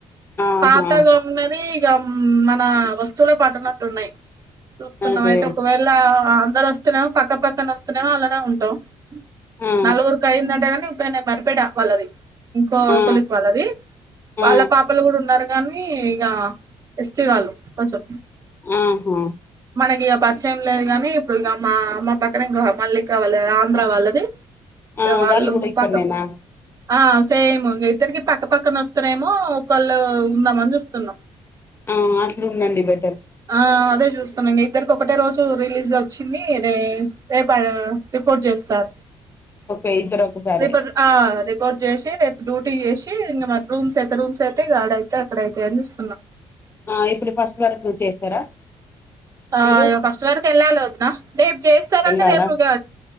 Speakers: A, on the left (about 20°); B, on the right (about 35°).
A: ఆహా
B: పాతగున్నది ఇక మన వస్తువులో పట్టనట్టు ఉన్నాయి చూస్తున్నాం
A: అదే
B: అయితే ఒకవేళ అందరు వస్తునేమో పక్క పక్కన వస్తున్నామో అలానే ఉంటావు
A: ఆ
B: నలుగురికి అయిందంటే గానీ ఒకాయనా మరిపెడా వాళ్ళది ఇంకో
A: ఆ
B: కొలికి వాళ్ళది వాళ్ళ
A: ఆ
B: పాపలు కూడా ఉన్నారు కానీ ఇగా ఎస్టిలు వాళ్ళు కొంచం
A: ఆహా
B: మనకి పరిచయం లేదు గాని ఇప్పుడు ఇక మా అమ్మ పక్కన ఇంకా మల్లిక వాళ్ళ ఆంధ్ర వాళ్ళది
A: ఆ
B: ఇగ వాళ్ళు
A: కూడా ఇక్కడనేనా
B: పాక ఆ సేమ్ ఇంకా ఇద్దరికి పక్క పక్కన వస్తున్నామో ఒకళ్ళు ఉందామని చూస్తున్నాం
A: ఆ అట్లు ఉండండి బే
B: ఆ అదే చూస్తాన్న ఇంగ ఇద్దరకి ఓ ఒకటే రోజు రిలీజ్ వచ్చింది రే రేపు రిపోర్ట్ చేస్తారు
A: ఓకే ఇద్దరు ఒకసారే
B: రిపో ఆ రిపోర్డ్ చేసి రేపు డ్యూ టి చేసి ఇంకా మా రూమ్స్ అయితే రూమ్స్ అయితే గాడ అయితే అక్కడ అయితాయి అని చూస్తున్నా
A: ఆ ఇప్పుడు ఫస్ట్ వరకు చేస్తారా
B: ఆ
A: మీరు
B: ఫస్ట్ వరకు వెళ్ళాలి వదిన రేపు చేస్తారంటే
A: వెళ్ళాలా
B: రేపు గా